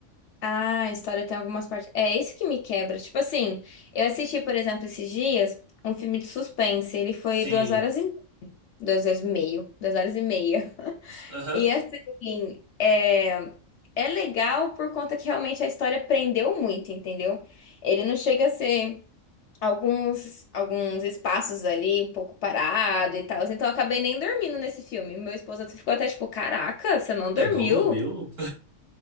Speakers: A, on the left (about 60°); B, on the right (about 65°).
A: Ah, a história tem algumas partes. É isso que me quebra. Tipo assim, eu assisti, por exemplo, esses dias um filme de suspense. Ele foi
B: Sim.
A: duas horas e duas horas e meio, duas horas e meia. <laughs>
B: Aham.
A: E assim, é, é legal por conta que realmente a história prendeu muito, entendeu? Ele não chega a ser alguns alguns espaços ali um pouco parado e tal. Assim, Então eu acabei nem dormindo nesse filme. Meu esposo ficou até tipo, caraca, você não dormiu?
B: Você não dormiu?